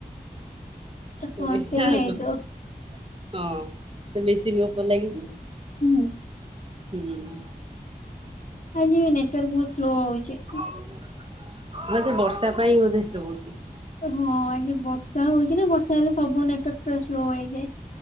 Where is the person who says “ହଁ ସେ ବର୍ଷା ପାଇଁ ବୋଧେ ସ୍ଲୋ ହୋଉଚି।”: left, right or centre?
Right